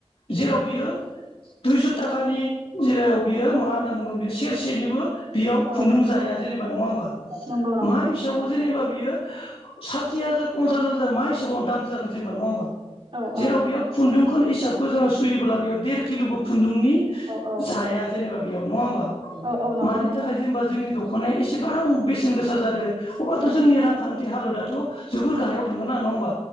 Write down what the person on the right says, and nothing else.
औ
नंगौ नंगौ
औ
औ
औ औ
औ औ नंगौ
नंगौ
औ